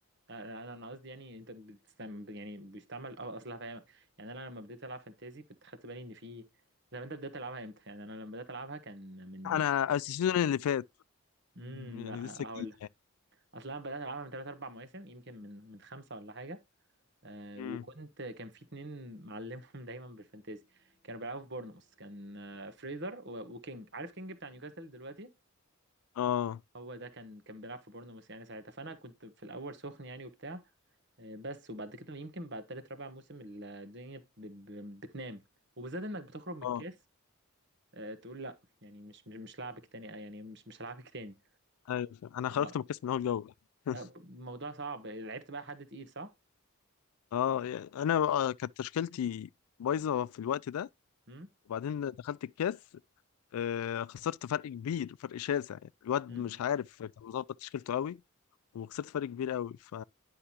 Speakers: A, on the right; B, on the left.
A: انا انا قصدي يعني انت بتستعمل يعني بيستعمل اه اصل هفهمك يعني انا لما بديت العب فانتازي كنت خدت بالي ان في طب انت بدات تلعبها امتى يعني انا لما بدات العبها كان من
B: انا السيزون اللي فات
A: امم
B: يعني
A: لا
B: لسه
A: هقول
B: جديد
A: لك اصل انا بدات العبها من 3 4 مواسم يمكن من من خمسه ولا حاجه آه
B: يعني
A: وكنت كان في اتنين معلمهم <laughs> دايما بالفانتازي كانوا بيلعبوا في بورنموث كان آه، فريزر و- وكينج عارف كينج بتاع نيوكاسل دلوقتي
B: اه
A: هو ده كان كان بيلعب في بورنموث يعني ساعتها فانا كنت في الاول سخن يعني وبتاع آه، بس وبعد كده يمكن بعد تالت رابع موسم الدنيا ب- ب- بتنام وبالذات انك بتخرج من
B: اه
A: الكاس آه، تقول لا يعني مش مش مش لعبك تاني آه، يعني مش مش هلعبك تاني
B: ايوه فاهم. انا
A: اه
B: خرجت مكاس من اول جوله <laughs>
A: آه، موضوع صعب لعبت بقى حد تقيل صح؟
B: اه يعني انا آه، كانت تشكيلتي بايظه في الوقت ده
A: امم
B: وبعدين دخلت الكاس آه، خسرت فرق كبير فرق شاسع يعني الواد
A: امم
B: مش عارف كان مظبط تشكيلته قوي وخسرت فرق كبير قوي ف